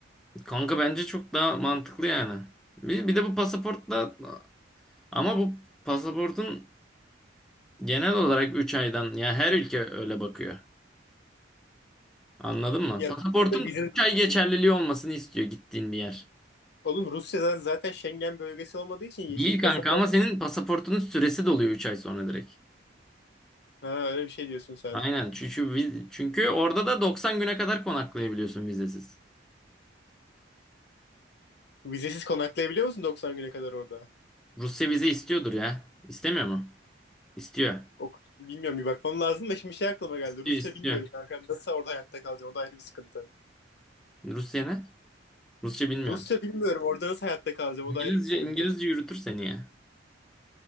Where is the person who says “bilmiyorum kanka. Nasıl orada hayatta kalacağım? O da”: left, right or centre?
Left